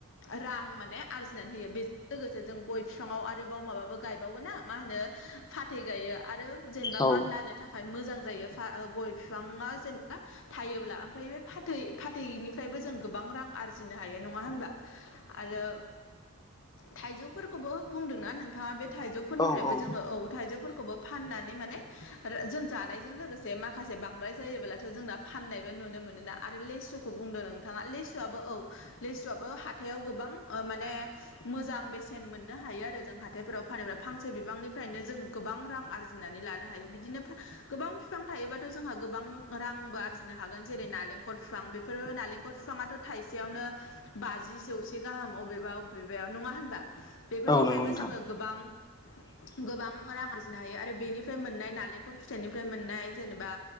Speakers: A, on the left; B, on the left.
A: रां माने आरजिनानै होयो। बेजों लोगोसे जों गय फिफाङाव आरोबाव माबाबो गायबावो ना? मा होनो फाथै गायो आरो जेनेबा
B: औ
A: मानलानो थाखाय मोजां जायो फा गय फिफाङा जेनेबा थायोब्ला। ओमफ्राय बे फाथै फाथैनिफ्रायबो जों गोबां रां आरजिनो हायो नङा होनबा आरो थाइजौफोरखौबो बुंदोंना नोंथाङा बे थाइजौफोरनिफ्रायबो
B: औ
A: जोङो औ थाइजौफोरखौबो फाननानै माने जों जानायजों लोगोसे माखासे बांद्राय जायोब्लाथ' जोंना फाननायबो नुनो मोनोना? आरो लेसुखौ बुंदों नोंथाङा ले सुवाबो औ लिसुआबो हाथायाव गोबां माने मोजां बेसेन मोननो हायो आरो जों हाथायफोराव फानोबा फांसे बिबांनिफ्रायनो जों गोबां रां आरजिनानै लानो हायो बिदिनो फां गोबां फिफां बिफां थायोबाथ' जोंहा गोबां रांबो आरजिनो हागोन जेरै नालेंखर खर बिफां बेफोरो नालेंखलर बिफाङाथ' थाइसेयावनो बाजि जौसे गाहाम बबेबा बबेबायाव नङा होनबा बेफोरनिफ्रायबो
B: औ नंगौ नोंथां
A: जोङो गोबां <inaudible> गोबां रां आरजिनो हायो आरो बेनिफ्राय मोननाय नालेंखर फिथाइनिफ्राय मोननाय जेनेबा